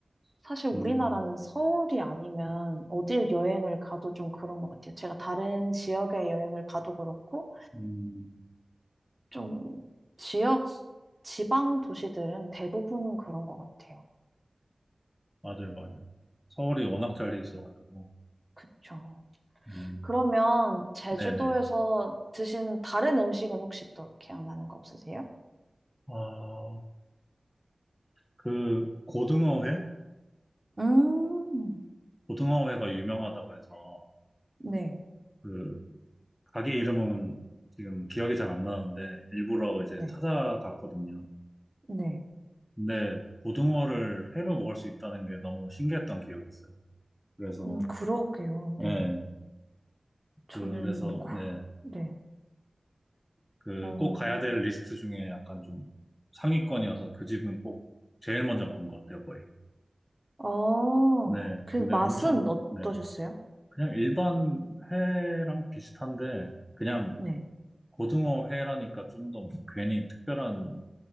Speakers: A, on the right (about 30°); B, in the centre.
A: 사실 우리나라는
B: 음,
A: 서울이 아니면 어딜 여행을 가도 좀 그런 것 같아요. 제가 다른 지역에 여행을 가도 그렇고
B: 음,
A: 좀 지역, 지방 도시들은 대부분 그런 것 같아요.
B: 맞아요, 맞아요. 서울이 워낙 잘돼 있어가지고,
A: 그쵸.
B: 음,
A: 그러면 제주도에서
B: 네네.
A: 드신 다른 음식은 혹시 또 기억나는 거 없으세요?
B: 아, 그 고등어회를,
A: 음,
B: 고등어회가 유명하다고 해서,
A: 네,
B: 그, 가게 이름은 지금 기억이 잘 안 나는데, 일부러 이제
A: 네,
B: 찾아갔거든요.
A: 네.
B: 근데 고등어를 회로 먹을 수 있다는 게 너무 신기했던 기억이 있어요. 그래서,
A: 음, 그러게요.
B: 네,
A: 네.
B: 그래서,
A: 저는 고,
B: 네,
A: 네.
B: 그
A: 어,
B: 꼭 가야 될 리스트 중에 약간 좀 상위권이어서 그 집은 꼭 제일 먼저 가는 것 같아요, 거의.
A: 아,
B: 네,
A: 그
B: 근데
A: 맛은
B: 엄청,
A: 어떠셨어요?
B: 네, 그냥 일반 회랑 비슷한데, 그냥
A: 네.
B: 고등어 회라니까 좀더 뭐 괜히 특별한